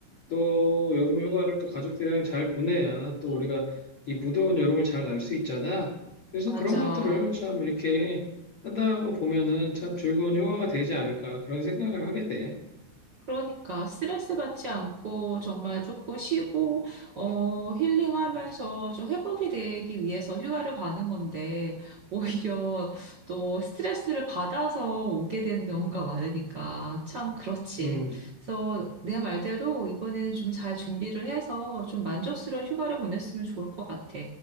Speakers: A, on the left; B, on the right.
A: 또 여름 휴가를 또 가족들이랑 잘 보내야 또 우리가 이 무더운 여름을 잘 날 수 있잖아. 그래서
B: 맞아.
A: 그런 것들을 참 이렇게 한다고 보면은 참 즐거운 휴가가 되지 않을까 그런 생각을 하게 돼.
B: 그러니까 스트레스 받지 않고 정말 조금 쉬고 어 힐링하면서 좀 회복이 되기 위해서 휴가를 가는 건데 오히려 또 스트레스를 받아서 오게 되는 경우가 많으니까 참 그렇지.
A: 음,
B: 그래서 내 말대로 이번에는 좀 잘 준비를 해서 좀 만족스러운 휴가를 보냈으면 좋을 것 같아.